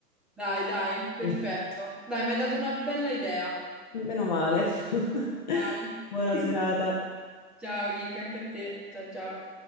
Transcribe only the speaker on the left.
Sì.
Meno male. <laughs>
Buona
serata.